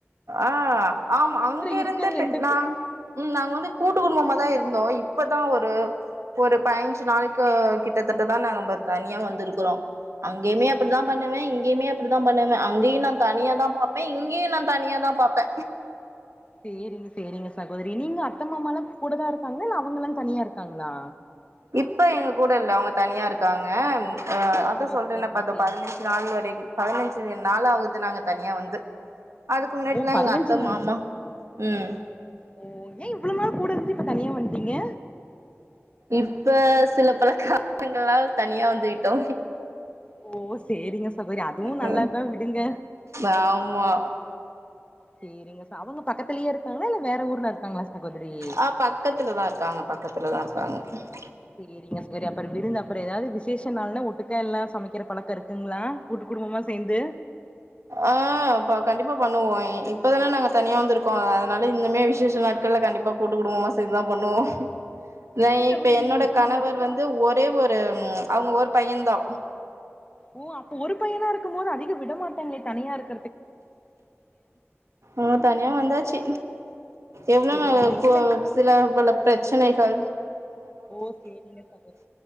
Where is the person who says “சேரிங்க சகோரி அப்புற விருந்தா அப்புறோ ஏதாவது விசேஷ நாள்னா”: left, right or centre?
Left